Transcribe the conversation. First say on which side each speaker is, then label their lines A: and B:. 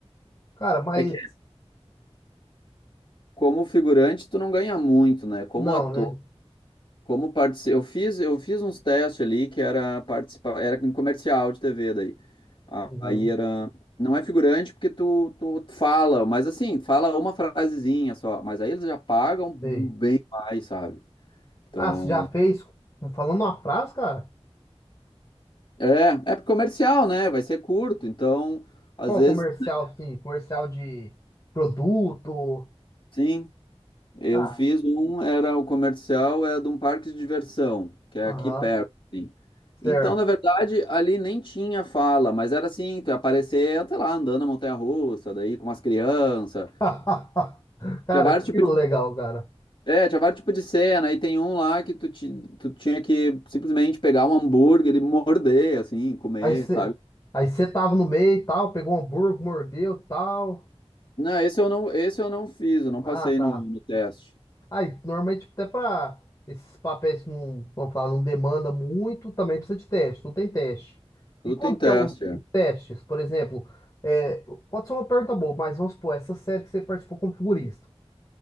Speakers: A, on the left (about 35°); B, on the left (about 50°).
A: Cara, mas
B: é que como figurante, tu não ganha muito, né? Como
A: não,
B: ator.
A: né?
B: Como partici... eu fiz, eu fiz uns testes ali que era participar, era em comercial de TV daí. A-
A: Uhum,
B: Aí era, não é figurante porque tu, tu fala, mas assim, fala uma frasezinha só, mas aí eles já pagam bem
A: sei.
B: mais, sabe? Então,
A: Ah, você já fez, falando uma frase, cara?
B: é, é comercial, né? Vai ser curto, então, às
A: Qual
B: vezes,
A: comercial, assim, comercial de produto?
B: sim. Eu
A: Tá,
B: fiz um, era o comercial, é de um parque de diversão, que é
A: aham,
B: aqui perto, assim. Então,
A: certo.
B: na verdade, ali nem tinha fala, mas era assim, tu ia aparecer, sei lá, andando na montanha-russa, daí com umas crianças.
A: <laughs> Cara,
B: Tinha vários
A: que
B: tipos
A: legal,
B: de,
A: cara.
B: é, tinha vários tipos de cena, e tem um lá que tu, ti- tu tinha que simplesmente pegar um hambúrguer e morder, assim, comer,
A: Aí você
B: sabe?
A: aí você tava no meio e tal, pegou um hambúrguer, mordeu tal.
B: Não, esse eu não, esse eu não fiz, eu não passei
A: Ah, tá.
B: no, no teste.
A: Aí, normalmente, até pra esses papéis que não, vamos falar, não demanda muito, também precisa de teste, tu tem teste.
B: Tudo
A: E como
B: tem teste,
A: que é o-
B: é.
A: os testes? Por exemplo, é, pode ser uma pergunta boa, mas vamos supor, essa série que você participou como figurista.